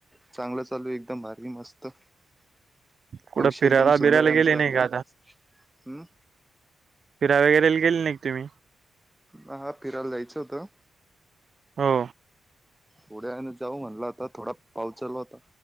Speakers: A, in the centre; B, on the right.
A: चांगलं चालू आहे एकदम भार री मस्त आविष्य
B: कुठं फिरायला
A: एकदम
B: बिरायला
A: सुंदर आहे आमचा
B: गेले नाही
A: आता
B: का
A: हम्
B: फिरा बिरायेला गेले नाही तम्ही
A: हा फिरायला जायचं होतं.
B: हो
A: थोड्यान वेलने जाऊ म्हणला आता थोडा पाऊस चालु होता